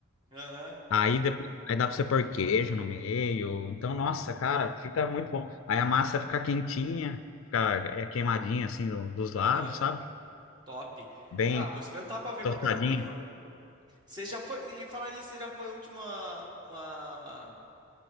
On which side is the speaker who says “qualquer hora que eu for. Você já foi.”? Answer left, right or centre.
Right